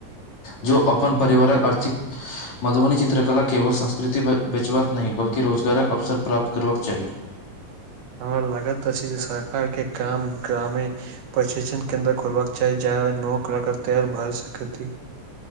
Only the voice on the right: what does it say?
हमरा लागत अछि जे सरकार के काम गाममे प्रशिक्षण केन्द्र खोलबाक चाही <unintelligible>